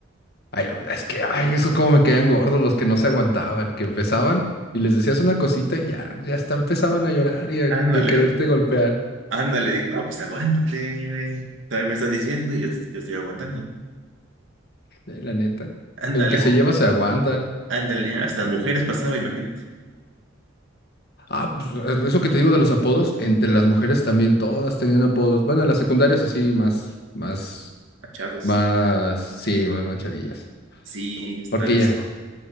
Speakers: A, on the left; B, on the right.
A: ay, es que, ay, esos como me caían gordos los que no se aguantaban, que empezaban y les decías una cosita y ya, ya hasta empezaban a llorar y a,
B: Ándale,
A: y a quererte golpear.
B: ándale, dije, no, pues aguántate, güey. También me estás diciendo y yo, yo estoy aguantando.
A: Eh, La neta.
B: Ándale,
A: El que se lleva se aguanta.
B: Ándale, hasta las mujeres pasaba, imagínate,
A: Ah, pues, eso que te digo de los apodos, entre las mujeres también todas tenían apodos. Bueno, en las secundarias así más, más,
B: machados.
A: más, sí, más manchadillas.
B: Sí, hasta
A: Porque
B: los,
A: ya,